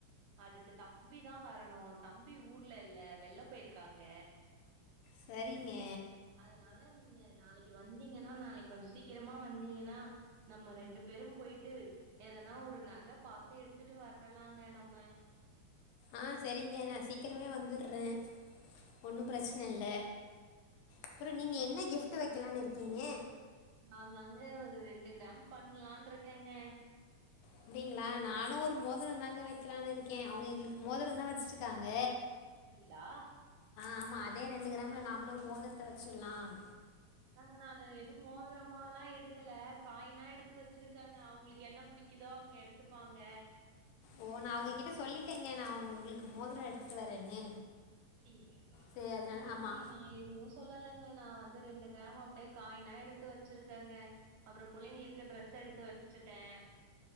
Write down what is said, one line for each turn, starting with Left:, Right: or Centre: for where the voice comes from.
Right: அதுக்கு தம்பிதா வரணு தம்பி ஊர்ல இல்ல வெளில போயிருக்காங்க
Left: சரிங்க
Right: அதனால நீங்க நாளைக்கு வந்தீங்கன்னா நாளைக்கு கொஞ்சம் சீக்கிரமா வந்தீங்கன்னா நம்ம ரெண்டு பேரும் போயிட்டு எதனா ஒரு நகை பாத்து எடுத்துட்டு வரலாங்க நம்ம
Left: ஆஹ் சரிங்க நா சீக்கிரமே வந்து ட்றேன் ஒண்ணும் பிரச்சன இல்ல அப்புற நீங்க என்ன கிஃப்ட் வைக்கலாம்னு இருக்கி க்கீங்க
Right: நான்தாங்க ஒரு ரெண்டு கிராம் பண்லானு இருக்கேங்க
Left: அப்டிங்களா நானு ஒரு மோதிரம்தாங்க வைக்கலாம்னு இருக்கேன் அவங்க எங்களுக்கு மோதிரம்தா வச்சிருக்காங்க
Right: அப்டிங்களா
Left: ஆமா அதே ரெண்டு கிராம்ல நாமலு ஒரு மோதிரத்த வச்சிடலாம்
Right: அதாங்க நானு எதுவும் மோதிரமாலா எடுக்கல காயினா எடுத்து வச்சிருக்கேங்க அவங்களுக்கு என்ன பிடிக்குதோ அவங்க எடுத்துப்பாங்க
Left: ஓ நா அவங்ககிட்ட சொல்லிட்டேங்க நா அவங்க உங்களுக்கு மோதரோ எடுத்துட்டு வரேன்னு
Right: அப்டிங்களாங்களா
Left: சரி அதனால
Right: இல்ல இல்லங்க
Left: ஆமா
Right: நான எதுவும் சொல்லங்க நான் வந்து ரெண்டு கிராம் அப்டியே காயினா எடுத்து வச்சிருக்கங்க அப்ற பிள்ளைங்களுக்கு ட்ரெஸ் எடுத்து வச்சுட்டேன்